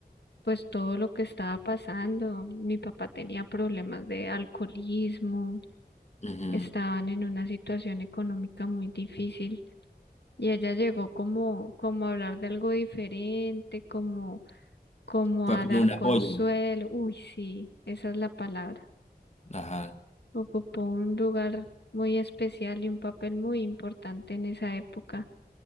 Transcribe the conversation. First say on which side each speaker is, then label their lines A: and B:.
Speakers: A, on the left; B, on the left.
A: pues todo lo que estaba pasando. Mi papá tenía problemas de alcoholismo,
B: Ujú.
A: estaban en una situación económica muy difícil y ella llegó como, como a hablar de algo diferente, como, como
B: Fue
A: a
B: como
A: dar
B: un apoyo.
A: consuelo. Uy, sí, esa es la palabra.
B: Ajá.
A: Ocupó un lugar muy especial y un papel muy importante en esa época